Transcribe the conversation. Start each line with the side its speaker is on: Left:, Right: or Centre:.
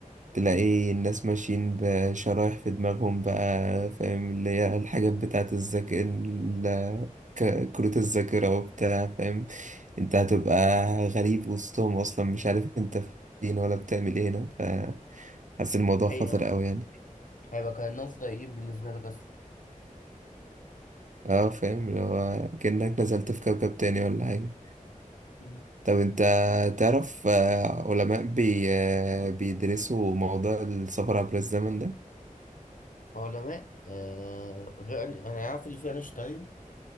Right: تلاقي
Left: مم.
Right: الناس ماشيين بشرايح في دماغهم بقى فاهم اللي هي الحاجات بتاعت الذاكرة ال- ك- كروت الذاكرة وبتاع فاهم انت هتبقى غريب وسطهم اصلا مش عارف انت فين ولا بتعمل ايه هنا فحاسس الموضوع
Left: دي حقيقة
Right: خطر قوي يعني
Left: هيبقى كأنهم فضائيين بالنسبة لك أصلا
Right: اه فاهم لو كأنك نزلت في كوكب تاني ولا حاجة
Left: مم.
Right: طب انت تعرف آه، علماء بي آه، بيدرسوا موضوع السفر عبر الزمن ده
Left: علماء آه غير أنا عارف اللي فيه أينشتاين